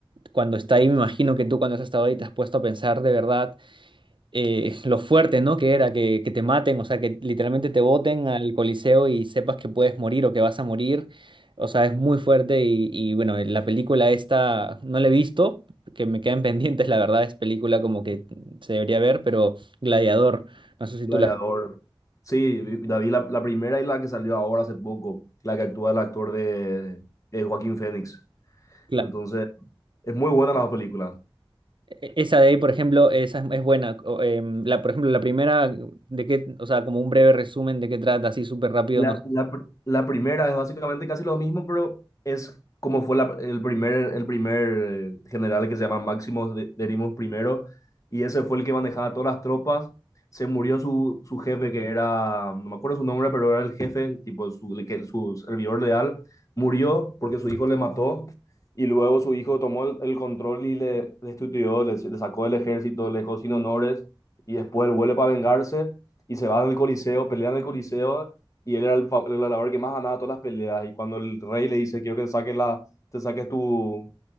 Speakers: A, on the right; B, on the left.
A: cuando está ahí, me imagino que tú cuando has estado ahí te has puesto a pensar de verdad eh, <laughs> lo fuerte, ¿no? Que era que, que te maten, o sea, que literalmente te boten al Coliseo y sepas que puedes morir o que vas a morir. O sea, es muy fuerte y, y bueno, la película esta no la he visto, que me quedan <laughs> pendientes, la verdad, es película como que se debería ver, pero Gladiador, no sé si
B: Gladiador.
A: tú la...
B: Sí, vi- la vi la, la primera y la que salió ahora hace poco, la que actúa el actor de, eh, Joaquín Phoenix.
A: la-
B: Entonces, es muy buena la película.
A: e- esa de ahí, por ejemplo, esa es, es buena. o, em, la, por ejemplo, la primera, de qué, o sea, como un breve resumen de qué trata, así súper rápido,
B: La,
A: no.
B: la pr- la primera es básicamente casi lo mismo, pero es como fue la- el primer, el primer eh, general que se llama Máximo de- Derimus primero, y ese fue el que manejaba todas las tropas. Se murió su, su jefe, que era, no me acuerdo su nombre, pero era el jefe, tipo su, el que, su servidor leal, murió porque su hijo le mató, y luego su hijo tomó el, el control y le destituyó, le, le sacó del ejército, le dejó sin honores, y después él vuelve para vengarse, y se va al Coliseo, pelea en el Coliseo y él era el, fa- el gladiador que más ganaba todas las peleas. Y cuando el rey le dice, quiero que saques la, te saques tu,